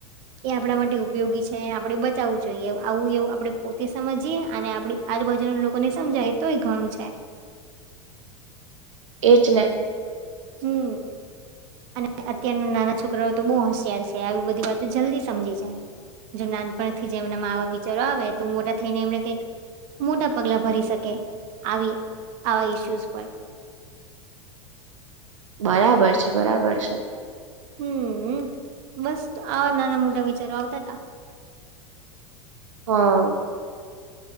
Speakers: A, on the right; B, on the right.
A: એ આપણા માટે ઉપયોગી છે આપડે બચાવવું જોઈએ આવું એવું આપડણે પોતે સમજીએ અને આપણે આજુબાજુ લોકોને સમજાય તો એ ઘણું છે
B: એજ ને
A: હમ અને અત્યારના નાના છોકરાઓ તો બહુ હોશયાર છે આવી બધી વાતો જલ્દી સમજી જાય જો નાનપણથી જે એમના માવા વિચારો આવે તો મોટા થઈને એમને કઈક મોટા પગલા ભરી શકે આવી આવા ઈસ્યુઝ પર
B: બરાબર છે બરાબર છે
A: હમ બસ આવા નાના મોટા વિચારો આવતા હતાા
B: હા